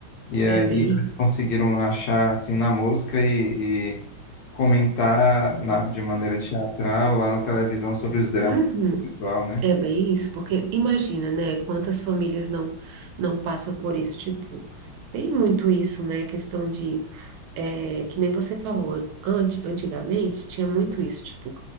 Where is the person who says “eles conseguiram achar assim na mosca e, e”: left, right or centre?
Left